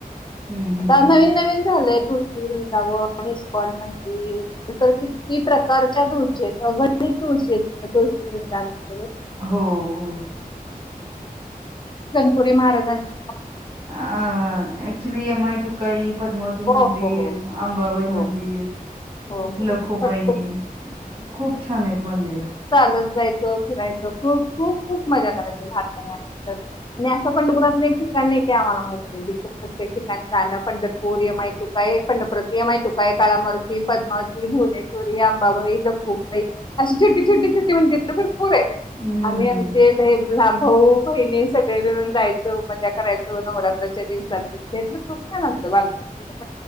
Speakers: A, on the right; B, on the left.
A: हम्म हम्म
B: आता
A: हम्म
B: नवीन
A: हम्म.
B: नवीन झालंय खूप. <unintelligible> आणि इस्कॉन मंदिर ते तर किती प्रकारच्या दूरचे. <unintelligible>
A: हो, हो.
B: सनपुरी महाराजांचा.
A: आ एकचूली एम आय दुकाई, पद्मावती
B: हो,
A: मंदिर,
B: हो.
A: अंबाबाई
B: हो,
A: मंदिर
B: हो, हो.
A: लखुबाई खूप छान आहेत मंदिर.
B: जायच, फिरायच खूप, खूप, खूप मजा करायचो लहानपणी आम्ही आणि असं पंढपुरातले ठिकाण नाही की आम्हाला माहित नाही तिथं प्रत्येक ठिकाणी जाणं, पंढरपूर येमायतुका हे पंढरपुरात येईमायतू का कालामर्ती पद्मामवती भुवनेश्वरी अंबाबाई खूप काही असे छोटे छोटे छोटे. <unintelligible> भरपूर आहे.
A: हम्म.
B: आम्ही आमचे लई लहान भाऊ बहिणी सग <unintelligible> जायचो उपाद्या करायचो नवरात्राच्या दिवसात <unintelligible> खूप छान असत बालपण. <unintelligible>